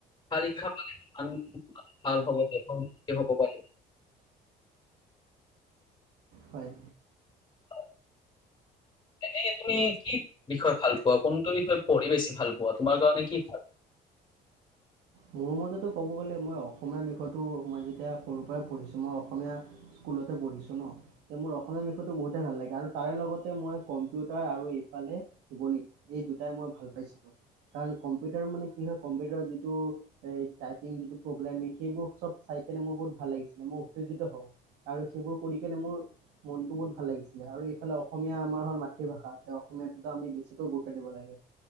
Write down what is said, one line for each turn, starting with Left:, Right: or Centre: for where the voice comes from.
Left: ভাল শিক্ষা পালে আন ভাল হ'ব দেশৰ উন্নতি হ'ব পাৰিব।
Right: হয়
Left: অহ এনেই তুমি কি বিষয়ে ভাল পোৱা কোনটো বিষয়ে পঢ়ি বেছি ভাল পোৱা তোমাৰ কাৰণে কি ভাল।
Right: মোৰ মতেতো ক'ব গ'লে মই অসমীয়া বিষয়টো মই যেতিয়া সৰুৰ পৰাই পঢ়িছোঁ মই অসমীয়া স্কুলতে পঢ়িছোঁ ন মোৰ অসমীয়া বিষয়টো বহুতেই ভাল লাগে আৰু তাৰে লগতে মই কম্পিউটাৰ আৰু ইফালে গণিত এই দুটাই মই ভাল পাইছিলো কাৰণ কম্পিউটাৰ মানে কি হয় কম্পিউটাৰত যিটো এই টাইপিং যিটো প্ৰব্লেম সেইবোৰ চব চাই কেনে মোৰ বহুত ভাল লাগিছিলে মই উত্তেজিত হওঁ। আৰু সেইবোৰ কৰি কেনে মোৰ মনটো বহুত ভাল লাগিছিলে আৰু ইফালে অসমীয়া আমাৰ হ'ল মাতৃভাষা তে অসমীয়াটোত আমি বেছি গুৰুত্ব দিব লাগে